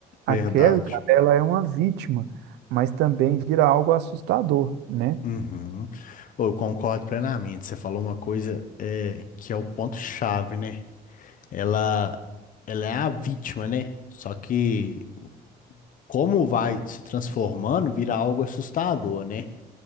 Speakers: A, on the left (about 50°); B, on the right (about 85°).
A: verdade.
B: A Carrie, cara, ela é uma vítima, mas também vira algo assustador, né?
A: Uhum. Ô, Eu concordo plenamente. Você falou uma coisa é, que é o ponto-chave, né? Ela, ela é a vítima, né? Só que como vai se transformando, vira algo assustador, né?